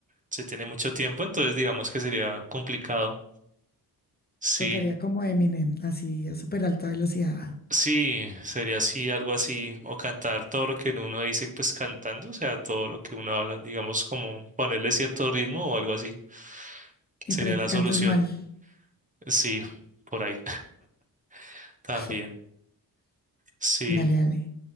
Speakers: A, on the right; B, on the left.
A: se tiene mucho tiempo, entonces digamos que sería complicado. Sí,
B: Tocaría como Eminem, así a súper alta velocidad.
A: sí, sería así, algo así, o cantar todo lo que uno dice, pues cantando, o sea, todo lo que uno habla, digamos como ponerle cierto ritmo o algo así,
B: Y
A: sería
B: por ahí
A: la
B: que cantes
A: solución.
B: mal.
A: Sí, por ahí. <laughs> También.
B: <laughs>
A: Sí.
B: Dale, dale.